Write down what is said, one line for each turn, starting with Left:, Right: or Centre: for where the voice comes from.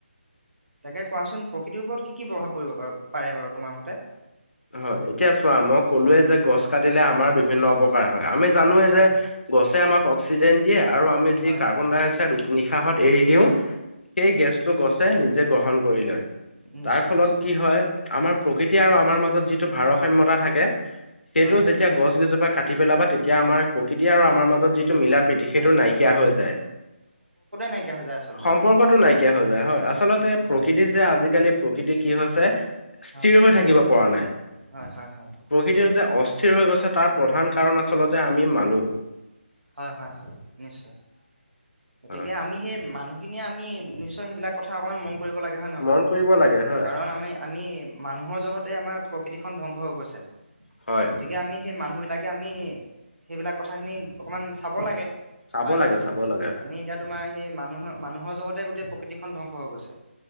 Right: তাকে কোৱাচোন প্ৰকৃতিৰ ওপৰত কি, কি প্ৰভাৱ পৰিব পা-পাৰে বাৰু তোমাৰ মতে?
Left: হয়, এতিয়া চোৱা মই কলোয়ে যে,
Right: উম,
Left: গছ কাটিলে আমাৰ বিভিন্ন অপকাৰ হয়। আমি জানোৱে
Right: হয়,
Left: যে,
Right: হয়,
Left: গছে আমাক অক্সিজেন দিয়ে, আৰু আমি যি
Right: হয়,
Left: কাৰ্বন ডাই অক্সাইড নিশাহত এৰি দিওঁ, সেই গেছটো গছে নিজে গ্ৰহণ কৰি লয়।
Right: নিশ্চয়,
Left: তাৰ ফলত
Right: নিশ্চয়,
Left: কি হয়, আমাৰ প্ৰকৃতি
Right: হয়,
Left: আৰু আমাৰ মা ভাৰসাম্যতা থাকে, সেইটো
Right: হয়,
Left: যেতিয়া গছকিজোপা কাটি পেলাবা তেতিয়া আমাৰ প্ৰকৃতি আৰু আমাৰ মাজত যিটো মিলা প্ৰীতি সেইটো নাইকীয়া হৈ যায়।
Right: নাইকীয়া <unintelligible>
Left: সম্পৰ্কটো নাইকীয়া হৈ যায় হয়, আচলতে
Right: হয়
Left: প্ৰকৃতি
Right: হয়
Left: যে, আজিকালি প্ৰকৃতি কি হৈছে স্থিৰ
Right: হয়
Left: হৈ থাকিব পৰা নাই।
Right: হয় হয় হয়
Left: প্ৰকৃতি যে, অস্থিৰ হৈ গৈছে তাৰ প্ৰধান কাৰণ আচলতে আমি মানু্
Right: হয়, হয়, হয়, নিশ্চয়। গতিকে
Left: হয়
Right: আমি সেই মানুহখিনিয়ে আমি নিশ্চয় সেইবিলাক কথা অকণমান মন কৰিব লাগে হয়নে ন
Left: মন
Right: বাৰু,
Left: কৰিব লাগে হয়
Right: কাৰণ আমি, আমি মানুহৰ জহত তাতে আমাৰ প্ৰকৃতিখন ধ্বংস হৈ গৈছে,
Left: হয়
Right: গতিকে আমি সেই মানুহ বিলাকে আমি সেইবিলাক কথাখিনি অকমান চাব লাগে
Left: চাব
Right: হয়, নহয়?
Left: লাগে চাব লাগে
Right: আমি এতিয়া তোমাৰ সেই মানুহৰ, মানুহৰ জহতে গোটেই প্ৰকৃতিখন ধ্বংস হৈ গৈছে।